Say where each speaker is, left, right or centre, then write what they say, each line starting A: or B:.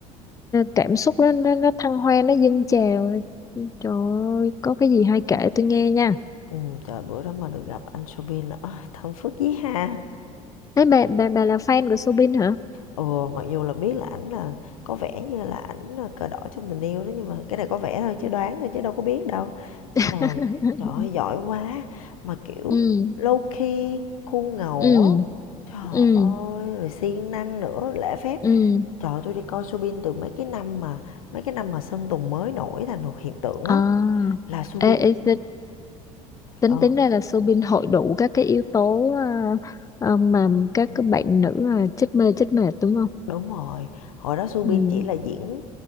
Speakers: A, on the left (about 20°); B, on the left (about 80°).
A: cảm xúc nó nó, nó thăng hoa nó dâng trào trời ơi có cái gì hay kể tôi nghe nha
B: Ừ, trời bữa đó mà được gặp anh subin là "Ôi, thơm phức dí ha.
A: Đấy bà, bà, bà là fan của Soobin hả?
B: Ừ, mặc dù là biết là ảnh là có vẻ như là ảnh là cờ đỏ trong tình yêu đó nhưng mà cái này có vẻ thôi chứ đoán thôi chứ đâu có biết đâu. Nhưng
A: <laughs>
B: mà trời ơi, giỏi quá mà kiểu
A: ừ
B: low key khuôn ngầu
A: ừ
B: á. Trời
A: ừ
B: ơi, rồi siêng năng nữa, lễ phép.
A: ừ
B: Trời ơi, tôi đi coi subin từ mấy cái năm mà mấy cái năm mà Sơn Tùng mới nổi thành một hiện tượng á.
A: à
B: là Subin
A: ê, ê, ti- tính
B: ờ
A: tính ra là Soobin hội đủ các cái yếu tố ờ, ờ, mà các các bạn nữ là chết mê chết mệt đúng không
B: đúng rồi hồi đó Subin
A: ừ
B: chỉ là diễn